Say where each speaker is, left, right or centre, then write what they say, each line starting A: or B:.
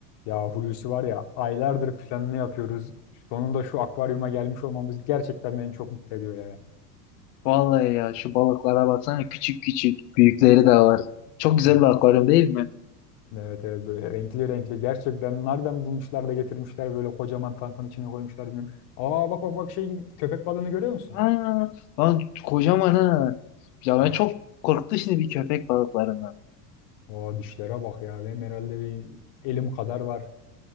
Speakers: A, on the left (about 50°); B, on the left (about 75°).
A: Ya Hulusi var ya aylardır planını yapıyoruz. Sonunda şu akvaryuma gelmiş olmamız gerçekten beni çok mutlu ediyor ya.
B: Vallahi ya şu balıklara baksana küçük küçük büyükleri de var. Çok güzel
A: Hmm,
B: bir akvaryum değil mi?
A: Evet evet böyle renkli renkli gerçekten nereden bulmuşlar da getirmişler böyle kocaman tankın içine koymuşlar bilmiyorum. Aa bak bak bak şey köpek balığını görüyor musun?
B: Aa, lan kocaman ha. Ya ben çok
A: Diş-
B: korktu şimdi bir köpek balıklarından.
A: Aa dişlere bak ya benim herhalde bir elim kadar var.